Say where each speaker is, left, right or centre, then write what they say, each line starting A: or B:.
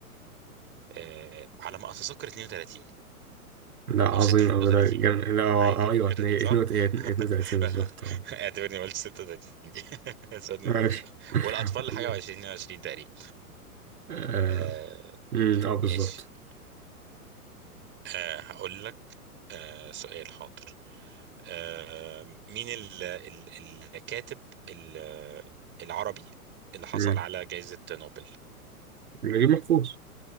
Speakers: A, on the right; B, on the right.
A: آه على ما اتذكر 32
B: لا عظيم
A: او 36
B: أوي ده جميل لا
A: أو
B: آه
A: حاجه كده
B: آه، أيوه
A: 32
B: 32
A: صح؟ <laughs>
B: بالظبط
A: لا،
B: أه
A: اعتبرني ما قلتش 36 دي <laughs> 32
B: ماشي <laughs>
A: والاطفال
B: عظيم
A: حاجه و20 22 تقريبا
B: أه
A: آه
B: مم، آه، بالظبط
A: ماشي آه هقول لك آه سؤال حاضر آه مين ال ال الكاتب ال- العربي اللي حصل
B: مم،
A: على جائزة نوبل
B: نجيب محفوظ